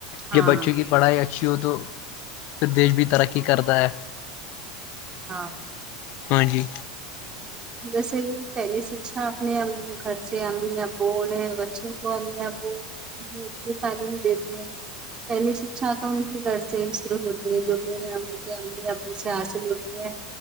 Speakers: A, on the right; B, on the left.
A: ہاں
B: یہ بچوں کی پڑھائی اچھی ہو تو پھر دیش بھی ترقی کرتا ہے
A: ہاں
B: ہاں جی
A: ویسے بھی پہلی شکچھا اپنے گھر سے امی ابو بول ہیں بچوں کو امی ابو <unintelligible> پہلی شکشا تو ان کے گھر سے ہی شروع ہوتی ہے جو کہ انہیں ان کے امی ابو سے حاصل ہوتی ہے